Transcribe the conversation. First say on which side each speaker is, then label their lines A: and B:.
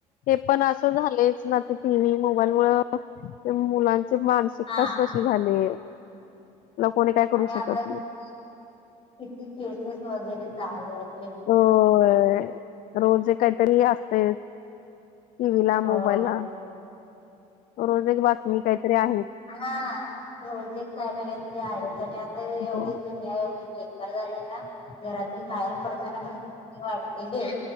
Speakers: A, on the left (about 60°); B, on the left (about 35°).
A: ते पण असं झालयचं ना, ते टी व्ही, मोबाईलमूळ त्या मुलांचे मार्क्स शिकतास
B: हा
A: तशी झाले, त्याला कोणी काय करू
B: आणि आता
A: शकत नही.
B: किती किती केसेस वगैरे चालू येत.
A: होय, रोजे ये काहीतरी असतय. टी व्हीं ला,
B: हो
A: मोबईल ला. रोज एक बा तमी काहीतरी आहे.
B: हां, रोज एक काय ना, काहीतरी आहेच आणि आता एवढी
A: हो
B: दुनिया एवढी चे बरं झालंय ना, घरातून बाहेर पडताना, पण <unintelligible> कसतर वाटतंय.